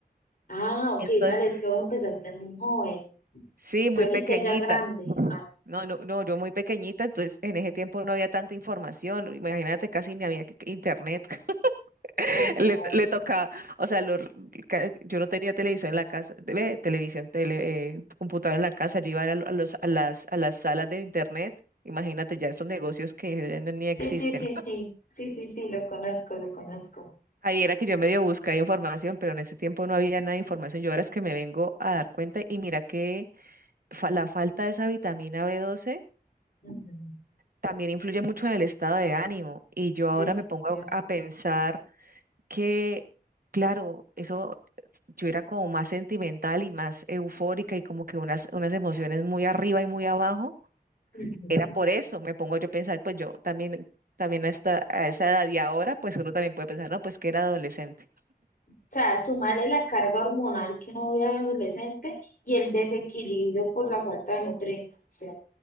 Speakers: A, on the left; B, on the right.
A: Ah, ok,
B: Entonces,
A: vale, es que vos empezaste muy joven.
B: sí, muy
A: Yo lo
B: pequeñita.
A: hice ya grande. Ah,
B: No, no, no, yo muy pequeñita, entonces en ese tiempo no había tanta información, imagínate, casi ni había que- internet. <laughs>
A: No, claro.
B: Le, le tocaba, o sea, los- ca- yo no tenía televisión en la casa, ve, televisión, tele, eh, computadora en la casa, yo iba a, lo- a los, a las, a las salas de internet, imagínate ya esos negocios que ya no- ni
A: Sí,
B: existen.
A: sí, sí, sí. Sí, sí, sí, lo conozco, lo conozco.
B: Ahí era que yo medio buscaba información, pero en ese tiempo no había nada de información, yo ahora es que me vengo a dar cuenta y mira que fa- la falta de esa vitamina b doce.
A: Ujú.
B: también influye mucho en el estado de ánimo. Y yo ahora
A: Demasiado.
B: me pongo a, pensar que, claro, eso, s- yo era como más sentimental y más eufórica y como que unas, unas emociones muy arriba y muy abajo.
A: Ujú.
B: Era por
A: O
B: eso, me pongo yo a pensar, pues yo también, también hasta a esa edad y ahora, pues uno también puede pensar, no, pues que era adolescente.
A: sea, sumarle la carga hormonal que no había adolescente y el desequilibrio por la falta de nutrientes. O sea,